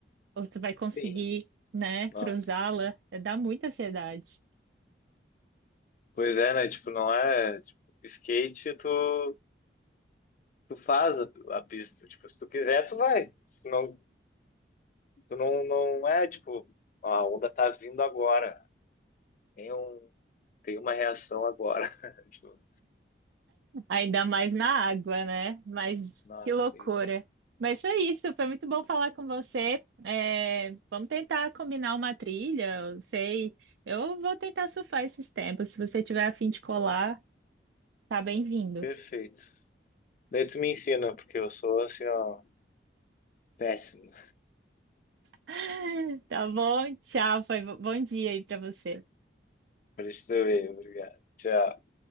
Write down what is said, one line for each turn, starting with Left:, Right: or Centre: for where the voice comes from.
Right: ou se vai conseguir,
Left: Sim.
Right: né, cruzá-la,
Left: Nossa.
Right: É, dá muita ansiedade.
Left: Pois é, né? Tipo, não é. Tipo, skate, tu, tu faz a, a pista. Tipo, se tu quiser, tu vai. Senão, tu não, não é, tipo, ó, a onda tá vindo agora. Tem um, tem uma reação agora. <laughs> Tipo,
Right: Ainda mais na água, né? Mas
Left: nossa,
Right: que loucura. Mas foi isso, foi muito bom falar com você. É, vamos tentar combinar uma trilha, eu sei. Eu vou tentar surfar esses tempos. Se você tiver a fim de colar, tá bem-vindo.
Left: perfeito. Daí tu me ensina, porque eu sou assim, ó, péssimo.
Right: <laughs> Tá bom? Tchau, foi bo- bom dia aí pra você.
Left: Pra gente ver, obrigado. Tchau.